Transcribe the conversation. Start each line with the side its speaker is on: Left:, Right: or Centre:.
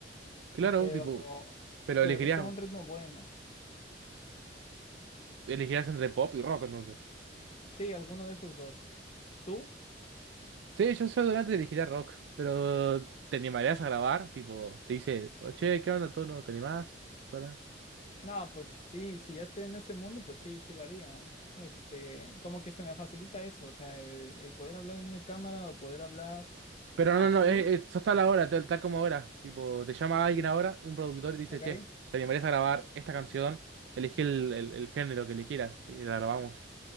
Right: Claro,
Left: Pero,
Right: tipo, pero
Left: pero
Right: elegirías.
Left: que sea un ritmo bueno.
Right: Elegirás entre pop y rock, entonces.
Left: Sí, alguno de esos dos. ¿Tú?
Right: Sí, yo seguramente elegiría rock, pero ¿te animarías a grabar? Tipo, te dice, "Oh, che, ¿qué onda? ¿Tú no te animás? Tola".
Left: No, pues sí, si ya estoy en ese mundo, pues sí, sí lo haría. Este, como que se me facilita eso, o sea, el, el poder hablar en una cámara o poder hablar
Right: Pero
Left: así,
Right: no, no, no, eh, eh, sos tal ahora, tal, tal como ahora. Tipo, te llama alguien ahora, un productor, y te dice,
Left: ¿ok?
Right: che, ¿te animarías a grabar esta canción? Elegí el, el, el género que le quieras y te- y la grabamos.